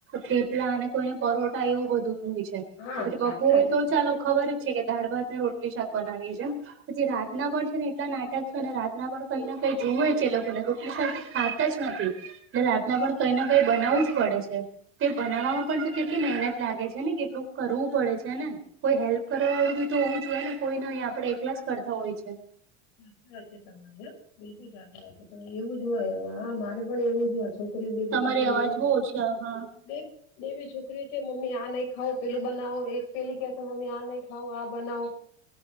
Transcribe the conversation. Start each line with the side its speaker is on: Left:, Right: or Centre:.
Right: થેપલા અને કોઈને પરોટા એવું બધું હોય છે,
Left: જાય હા
Right: પછી બપોરે
Left: સાચી વાત છે
Right: તો
Left: તમારી
Right: ચાલો ખબર છે, કે દાળ ભાત ને રોટલી શાક બનાવીએે છે, પછી રાતના
Left: હમ
Right: પણ છે, ને ટલા નાટક છે, ને રાતના પણ કઈ ને કઈ જુએ છે, એ લોકોને રોટલી સા ખાતા જ નથી ને એટલે રાતના પણ કઈ નાને કઈ બનાવું જ પડે છે. તે
Left: હમ
Right: બનાવવામાં પણ તો કેટલી મહેનત લાગે છે, ને કેટલું કરવું પડે છે, ને કોઈ હેલ્પ કરવા વાળું બી તો હું જોઈએ ને કોઈ નય આપડે એકલા જ કરતા હોય છે.
Left: સાચી વાત છે, તમારે બિલકુલ સાચી વાત છે, એવું જ હોય હા મારે પણ એવું જ હોય રે બે બે
Right: તમારી
Left: છોક લે
Right: અવાજ
Left: છે.
Right: બહુ ઓછી આવે હા
Left: બે બે બે છોકરીઓ છે, મમ્મી આ નઈ ખાવ પેલું બનાવો એક પેલી કે મમ્મી આ નહી ખાવ આ બનાવો